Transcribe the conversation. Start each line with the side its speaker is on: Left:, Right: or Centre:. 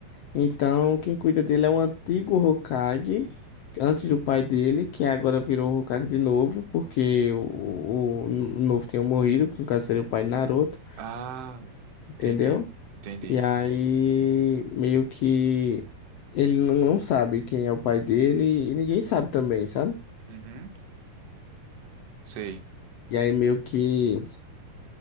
Left: Então, quem cuida dele é um antigo Hokage, antes
Right: Uhum.
Left: do pai dele, que agora virou Hokage de novo, porque o, o, o novo tinha morrido, que no caso seria o pai de Naruto,
Right: Ah, entendi.
Left: entendeu?
Right: Entendi.
Left: E aí, meio que ele não não sabe quem é o pai dele e ninguém sabe também, sabe?
Right: Uhum. Sei,
Left: E aí meio que